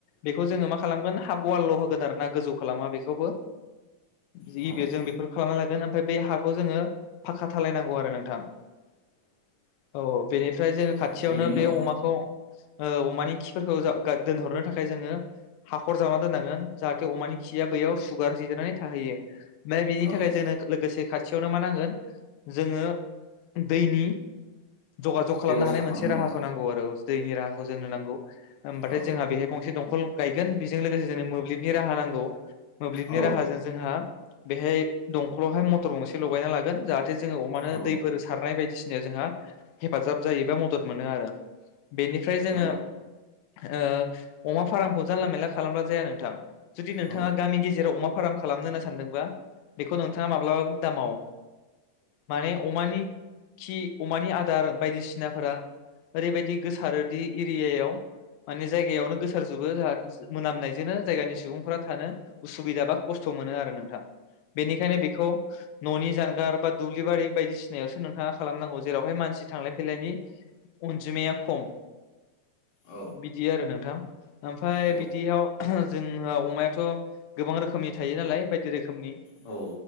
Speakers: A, on the left (about 85°); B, on the left (about 70°).
A: बेखौ जोङो मा खालामगोन हाब वालल' होगोन आरो ना गोजौ खालामा बेखौबो गिबियाव
B: औ
A: जों बेफोरखौ खालामना लागोन ओमफ्राय बै हाखौ जोङो फाखा धालायनांगौ आरो नोंथां। औ औ बेनिफ्राय जोङो
B: औ
A: खाथियावनो
B: बेनि उनाव
A: बे अमाखौ ओ अमानि खिफोरखौ जा गा दोनहरनो थाखाय जोङो हाखर जावना दोननांगोन जाहा थे अमानि खिया बैयाव सुगार जिजिरनानै थाहैयो ओमफ्राय बेनि
B: औ
A: थाखाय
B: औ
A: जोंनो लोगोसे खाथियावनो मा नांगोन जोङो दैनि जगाजग खालामनो
B: बेब'स्था
A: हानाय
B: खालामनांगोन
A: मोनसे राहाखौ नांगौ आरो दैनि राहाखौ जोंनो नांगौ होमबाथाय
B: औ
A: जोंहा बेहाय गंसे दंखल गायगोन बेजों लोगोसे जोंनो मोब्लिब नि राहा नांगौ मोब्लिबनि
B: औ
A: राहाजों जोंहा बेहाय दंखलावहाय मटर गंसे लगायना लागोन जाहाथे जोङो अमानो
B: औ
A: दैफोर सारनाय बायदिसिना जोंहा हेफाजाब जायोबा मदद मोनो आरो बेनिफ्राय जोङो
B: औ
A: ओ अमा फार्मखौ जानला मेनला खालामबा जाया नोंथां जुदि नोंथाङा
B: औ
A: गामि गेजेराव अमा फार्म खालामनो होनना सानदोंबा बेखौ नोंथाङा माब्लाबो दामाव माने अमानि खि अमानि आदार बायदिसिनाफोरा ओरैबायदि गोसारोदि इ इरियायाव माने जायगायावनो गोसारजोबो जाहा मोनामनायजोंनो जायगानि सुबुंफोरा थानो उसुबिदा बा खस्थ' मोनो आरो नों थां बेनिखायनो बेखौ न'नि जानगार बा दुब्लिबारि बायदिसिनायावसो नोंथाङा खालामनांगौ जेरावहाय मानसि थांलाय फैलायनि अनजिमाया खम।
B: औ
A: बिदि आरो नोंथां ओमफ्राय
B: औ
A: बिदियाव जोंहा अमायाथ' गोबां रोखोमनि थायो नालाय बायदि रोखोम खोमनि
B: औ